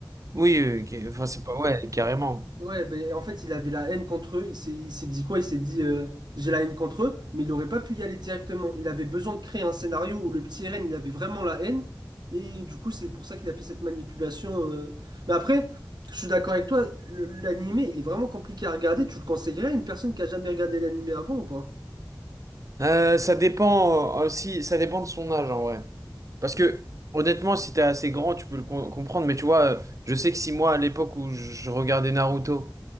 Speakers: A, on the right (about 45°); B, on the right (about 65°).
A: Oui, euh, ok, enfin, c'est pas, ouais, carrément.
B: Ouais, ben, en fait, il avait la haine contre eux. Il s'est il s'est dit quoi? Il s'est dit euh, j'ai la haine contre eux, mais il n'aurait pas pu y aller directement. Il avait besoin de créer un scénario où le petit Ren, il avait vraiment la haine. Et du coup, c'est pour ça qu'il a fait cette manipulation. euh. Mais après, je suis d'accord avec toi, le- l'animé, il est vraiment compliqué à regarder. Tu le conseillerais à une personne qui a jamais regardé l'animé avant ou pas?
A: Euh, ça dépend euh, aussi, ça dépend de son âge en vrai. Parce que honnêtement, si t'es assez grand, tu peux le com- comprendre. Mais tu vois, euh, je sais que si moi, à l'époque où je regardais Naruto,